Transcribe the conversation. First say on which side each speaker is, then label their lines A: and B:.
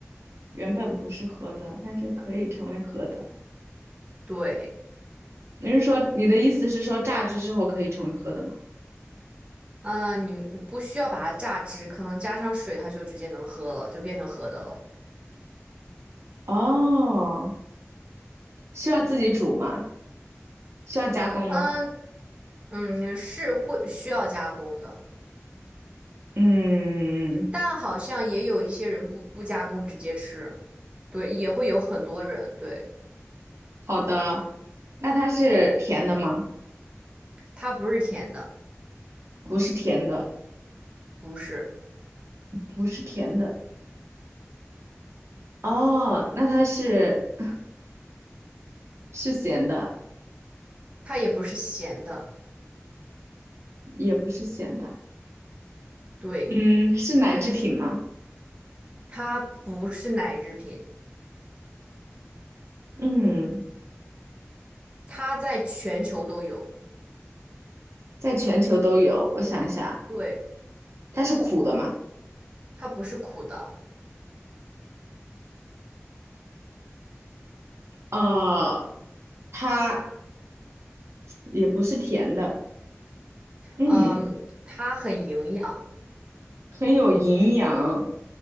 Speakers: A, on the right (about 65°); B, on the right (about 20°).
A: 原本不是喝的，但是可以成为喝的。
B: 对。
A: 你是说你的意思是说榨汁之后可以成为喝的吗？
B: 嗯、呃你不需要把它榨汁，可能加上水，它就直接能喝了，就变成喝的了。
A: 哦，需要自己煮吗？需要加工吗？
B: 嗯嗯，是会需要加工的，
A: 嗯，
B: 但好像也有一些人不不加工直接吃，对，也会有很多人，对，
A: 好的。那它是甜的吗？
B: 它不是甜的，
A: 不是甜的，
B: 不是，
A: 不是甜的。哦，那它是是咸的，
B: 它也不是咸的，
A: 也不是咸的。
B: 对，
A: 嗯，是奶制品吗？
B: 它不是奶制品，
A: 嗯，
B: 它在全球都有，
A: 在全球都有。我想一下，
B: 对，
A: 它是苦的吗？
B: 它不是苦的，
A: 哦，它也不是甜的。嗯，
B: 嗯，它很营养，
A: 很有营养。